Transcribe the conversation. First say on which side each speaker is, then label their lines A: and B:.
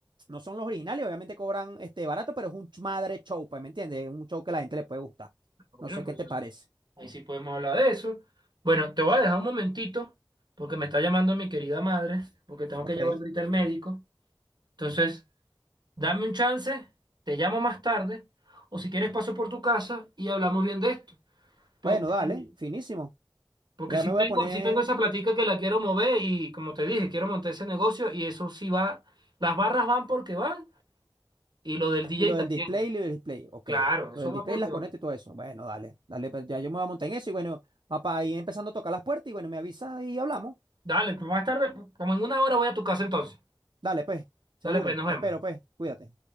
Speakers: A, on the right; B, on the right.
A: No son los originales, obviamente cobran este barato, pero es un ch- madre show, pues, ¿me entiendes? Es un show que a la gente le puede gustar.
B: Ah, Bueno,
A: No sé
B: por
A: qué
B: eso.
A: te parece.
B: Ahí sí podemos hablar de eso. Bueno, te voy a dejar un momentito porque me está llamando mi querida madre, porque tengo
A: Ok.
B: que llevar ahorita al médico. Entonces, dame un chance, te llamo más tarde, o si quieres paso por tu casa y hablamos bien de esto. Porque,
A: Bueno, dale,
B: sí-
A: finísimo.
B: porque
A: Ya
B: sí
A: me
B: tengo,
A: voy a poner.
B: sí tengo esa platica que la quiero mover y como te dije, quiero montar ese negocio y eso sí va, las barras van porque van y lo del DJ
A: Y lo del
B: también.
A: display, y lo del display. Ok.
B: Claro, eso
A: Lo del
B: va
A: display,
B: porque
A: las
B: va.
A: conectas y todo eso. Bueno, dale, dale, pues, ya yo me voy a montar en eso. Y bueno, papá, ahí empezando a tocar las puertas. Y bueno, me avisa y hablamos.
B: Dale, pues más tarde, como en una hora voy a tu casa entonces.
A: Dale, pues, seguro.
B: Dale, pues nos vemos.
A: Te espero, pues. Cuídate.